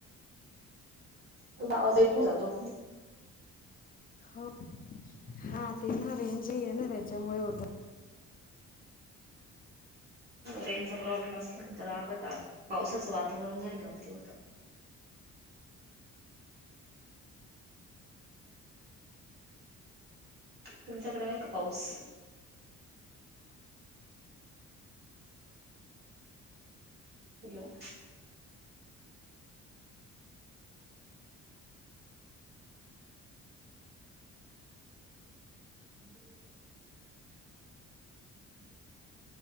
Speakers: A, on the right (about 35°); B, on the left (about 30°).
A: तुला आवाज ऐकून जातो.
B: हो हा तेना रेंजही नाही आहे ना. त्याच्यामुळे होत.
A: रेजचा प्रॉब्लेम असल्यानंतर, आभाळ आल. पावसाचं वातावरण झाल्यावरती होत. तुमच्याकडे आहे का पाऊस? हॅलो, <inaudible> <inaudible>